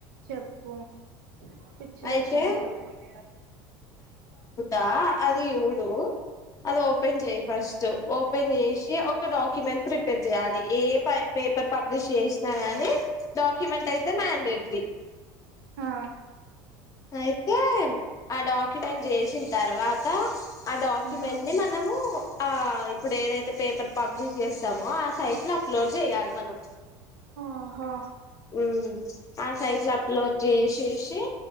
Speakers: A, on the right; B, on the left.
A: చెప్పు పిచ్చిలేసింది
B: అయితే
A: అసల్ కి
B: దా అది ఊడు అది ఓపెన్ చేయ ఫస్ట్ ఓపెన్ చేసి ఒక డాక్యూుమెంట్ చేయాలి ఏ పేపర్ పబ్లిష్ చేసినా గాని డాక్యుమెంట్ అయితే మండేటరీ
A: ఆ
B: అయితే ఆ డాక్యుమెంట్ చేసిన తర్వాత ఆ డాక్యుమెంట్
A: ఉమ్
B: ని మనము ఆ ఇప్పుడు ఏదైతే పేపర్ పబ్లిష్ చేస్త మో ఆ సైట్ లో అప్లోడ్ చేయాలి మనం
A: ఆహా
B: హు ఆ సైజ్ లా అప్లోడ్ చేసేసి